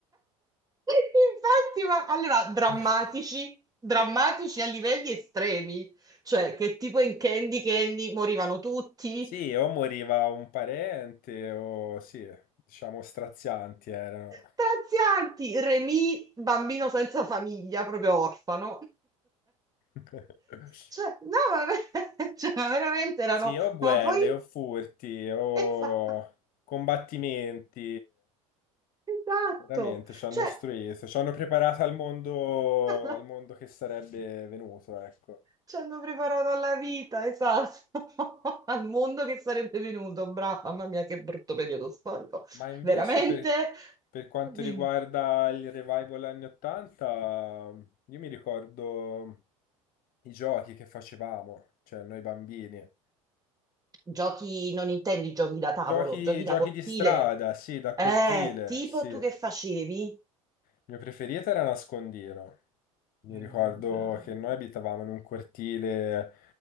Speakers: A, on the right; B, on the left.
A: Infatti, ma allora drammatici,
B: <laughs>
A: drammatici a livelli estremi, cioè che tipo in Candy Candy morivano tutti.
B: Sì, o moriva un parente o sì, diciamo strazianti erano.
A: Strazianti, Remy, bambino senza famiglia, proprio orfano.
B: <laughs>
A: Cioè, no, ma, ver- <laughs> cioè, ma veramente erano,
B: Sì, o guerre,
A: ma poi
B: o furti, o
A: <laughs>
B: combattimenti.
A: Esatto,
B: Veramente ci hanno
A: cioè
B: istruito, ci hanno preparato al mondo,
A: <laughs> alla-
B: al mondo che sarebbe venuto, ecco.
A: ci hanno preparato alla vita, esatto, <laughs> al mondo che sarebbe venuto, brava, mamma mia che brutto periodo storico,
B: Ma invece
A: veramente?
B: per, per quanto
A: Dimmi.
B: riguarda il revival anni 80, io mi ricordo i giochi che facevamo, cioè noi bambini.
A: Giochi, non intendi giochi da tavolo,
B: Giochi,
A: giochi da
B: giochi
A: cortile,
B: di strada, sì, da
A: eh,
B: cortile,
A: tipo
B: sì.
A: tu
B: Il
A: che facevi?
B: mio preferito era nascondino. Mi
A: Mm,
B: ricordo
A: bello.
B: che noi abitavamo in un cortile